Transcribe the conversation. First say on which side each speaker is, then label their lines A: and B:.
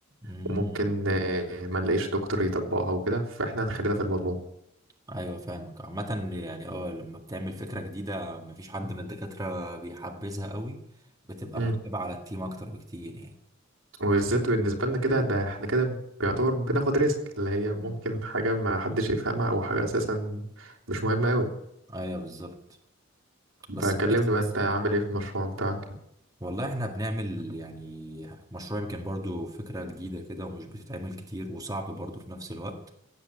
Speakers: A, on the right; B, on the right.
A: امم
B: وممكن آه، ما نلاقيش دكتور يطبقها وكده فاحنا هنخلينا في المضمون
A: ايوه فاهمك عامه يعني اه لما بتعمل فكره جديده مفيش حد من الدكاتره بيحبذها قوي بتبقى
B: امم
A: متعبه على التيم اكتر بكتير يعني
B: وبالذات بالنسبة لنا كده ده احنا كده بيعتبر بناخد ريسك اللي هي
A: مم.
B: ممكن حاجة ما حدش يفهمها أو حاجة أساسا مش مهمة أوي
A: ايوه بالظبط بس
B: فكلمني
A: بحس برضه
B: بقى أنت عامل إيه في المشروع بتاعك
A: والله احنا بنعمل يعني مشروع يمكن برضو فكرة جديدة كده ومش بتتعمل كتير وصعب برضو في نفس الوقت